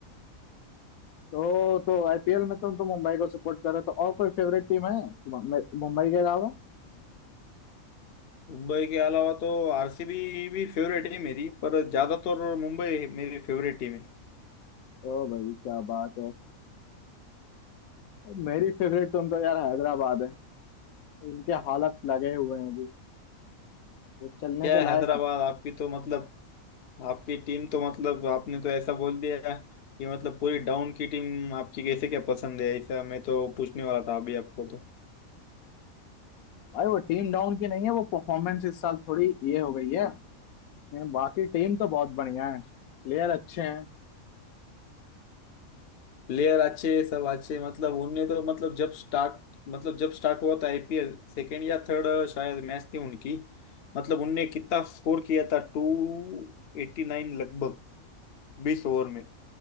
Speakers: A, on the left (about 80°); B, on the left (about 50°).
A: तो तो आईपीएल में तुम तो मुंबई को सपोर्ट कर रहे हो तो और कोई फेवरेट टीम है तुम- मे- मुंबई के अलावा
B: मुंबई के अलावा तो आरसीबी भी फेवरेट है मेरी पर ज्यादातर मुंबई मेरी फेवरेट टीम है
A: ओ भाई क्या बात है और मेरी फेवरेट तुम तो यार हैदराबाद है उनके हालत लगे हुए हैं वो चलने
B: क्या
A: के
B: है,
A: लायक
B: हैदराबाद आपकी तो मतलब आपकी टीम तो मतलब आपने तो ऐसा बोल दिया कि मतलब पूरी डाउन की टीम आपकी कैसे क्या पसंद है ऐसा मैं तो पूछने वाला था अभी आपको तो
A: भाई वो टीम डाउन की नहीं है वो परफॉर्मेंस इस साल थोड़ी ये हो गई है बाकी टीम तो बहुत बढ़िया है प्लेयर अच्छे हैं
B: प्लेयर अच्छे सब अच्छे मतलब उनने तो मतलब जब स्टार्ट मतलब जब स्टार्ट हुआ था आईपीएल सेकेंड या थर्ड शायद मैच थी उनकी मतलब उनने कितना स्कोर किया था टू एटी नाइन लगभग बीस ओवर में